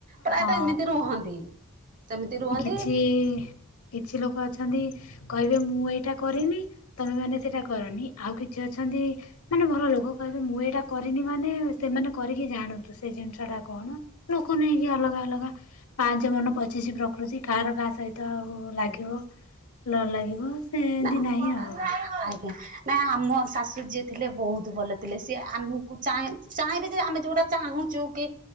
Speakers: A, on the right; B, on the left.
A: ପ୍ରାୟତ
B: ହଁ
A: ଏମିତି ରୁହନ୍ତି ସେମିତି ରୁହନ୍
B: ଛି କିଛି ଲୋକ ଅଛନ୍ତି କହିବେ ମୁଁ ଏଇଟା କରିନି ତମେ ମାନେ ସେଟା କରନି ଆଉ କିଛି ଅଛନ୍ତି ମାନେ ଭଲ ଲୋକ କହିବେ ମୁଁ ଏଇଟା କରିନି ମାନେ ସେମାନେ କରିକି ଜାଣନ୍ତୁ ସେ ଜିନିଷ ଟା କଣ? ଲୋକ ନେଇକି ଅଲଗା ଅଲଗା ପାଞ୍ଚ ମନ ପଚିଶି ପ୍ରକୃତି କାହାର କାହା ସହି ତ ଆଉ ଲାଗିବ ଲ ଲାଗିବ। ସେମିତି
A: ନା
B: ନାହିଁ
A: <unintelligible>
B: ଆଉ
A: ଆଜ୍ଞା। ନାଇ ଆମ ଶାଶୁ ଯିଏ ଥିଲେ ବହୁତୁ ଭଲ ଥିଲେ ସିଏ ଆମକୁ ଚାଁ ଚାଇଁବେ ଯେ ଆମେ ଯୋଉଟା ଚାହୁଁଚୁ କି